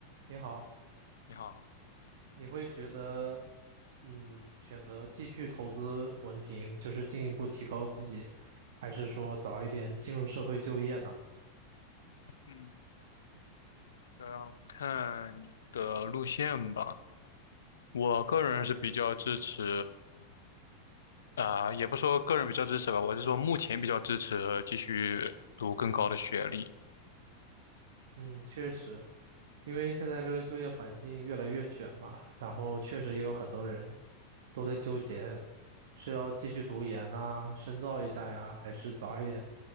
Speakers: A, on the right; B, on the left.
A: 你好，
B: 你好，
A: 你会觉得，嗯，选择继续投资文凭，就是进一步提高自己，还是说早一点进入社会就业呢？
B: 嗯，主要看你的路线吧。我个人是比较支持，啊、也不说个人比较支持吧，我是说目前比较支持继续读更高的学历。
A: 嗯，确实，因为现在这个就业环境越来越卷嘛，然后确实也有很多人都在纠结，是要继续读研呐，深造一下呀，还是早一点